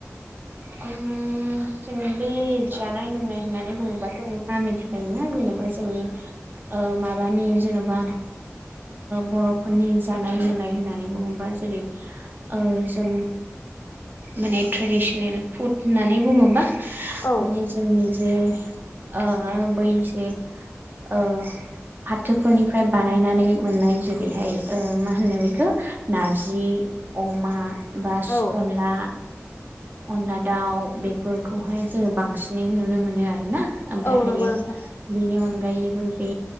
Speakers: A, on the right (about 40°); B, on the left (about 50°).
A: <unintelligible> फ नाय लोंनाय होननानै बुङोबाथ' नों म मिथिखायोना जेनेबा जोंनि औ माबानि जेन'बा बर'फोरनि जानाय लोंनाय होननानै बुङोबा जेरै ओ जों माने ट्रेडिसनेल फुद होननानै बुङोबा
B: औ
A: माने जोंनि जे ओ बै <unintelligible> ओ फाथोफोरनिफ्राय बानायनानै मोननाय जेरैहाय मा होनो बेखौ नारजि अमा बा
B: औ
A: अनला अनला दाउ बेफोरखौहाय जोङो बांसिन नुनो मोनो आरो ना ओमफ्रायहायो
B: औ नंगौ नोंथां
A: बेनि अनगायैबो बे